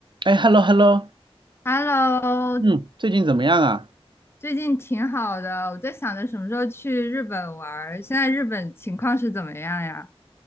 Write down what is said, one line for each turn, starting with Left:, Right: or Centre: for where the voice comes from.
Right: 哎，hello hello，
Left: Hello，
Right: 嗯，最近怎么样啊？
Left: 最近挺好的，我在想着什么时候去日本玩儿。现在日本情况是怎么样呀？